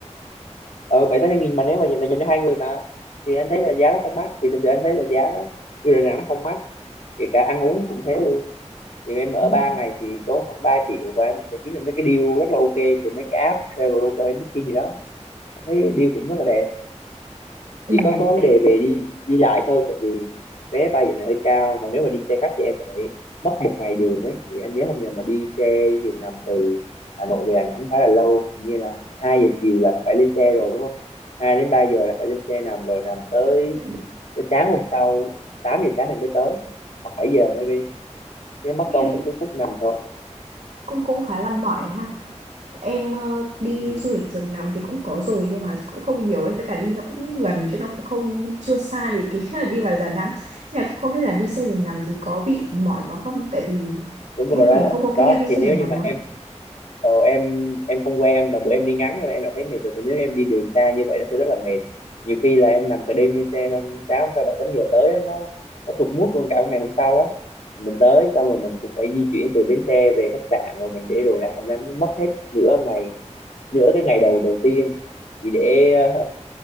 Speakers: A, on the left; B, on the right.
A: ờ bảy tám trăm nghìn mà nếu mà dành, dành cho hai người mà thì anh thấy là giá nó không mắc thì thực sự anh thấy là giá du lịch Đà Nẵng nó không mắc kể cả ăn uống cũng thế luôn thì em ở
B: ừ,
A: 3 ngày thì tốn khoảng 3 triệu và em sẽ kiếm được mấy cái deal rất là ok từ mấy cái app Traveloka hay Booking gì đó em thấy deal cũng rất là đẹp
B: Ừ,
A: chỉ có có vấn
B: thế,
A: đề về đi đi lại thôi tại vì vé bay giờ này hơi cao mà nếu mà đi xe khách thì em sẽ phải mất một ngày đường ấy thì anh nhớ không nhầm mà đi xe giường nằm từ Hà Nội về Đà Nẵng khá là lâu hình như là 2 giờ chiều là phải lên xe rồi đúng không 2 đến 3 giờ là phải lên xe nằm rồi nằm tới
B: thế
A: tới sáng hôm sau 8 giờ sáng thì mới tới hoặc 7 giờ maybe cái mất
B: thì
A: công
B: cũng
A: cái phút nằm thôi
B: cũng cũng khá là mỏi ha em ờ, đi
A: Ừ.
B: du lịch giường nằm thì cũng có rồi nhưng mà cũng không nhiều ấy với cả đi nó cũng gần chứ nó cũng không chưa xa thì cái <laughs> là đi vào Đà Nẵng Nên là cũng không biết là đi xe giường nằm thì có bị mỏi quá không tại vì
A: đúng rồi
B: em khởi
A: đó
B: không có kinh
A: đó
B: nghiệm đi xe
A: thì
B: giường
A: nếu
B: nằm
A: như mà
B: lắm
A: em ờ, em em không quen mà bữa em đi ngắn thôi em đã thấy mệt rồi thì nếu em đi đường xa như vậy nó sẽ rất là mệt nhiều khi là em nằm cả đêm trên xe xong sáu sáu bảy tám giờ tới á, nó nó tụt mood luôn cả ngày hôm sau á mình tới xong rồi mình cũng phải di chuyển từ bến xe về khách sạn rồi mình để đồ đạc nên nó mất hết nửa ngày nửa cái ngày đầu đầu tiên chỉ để <laughs> ờ,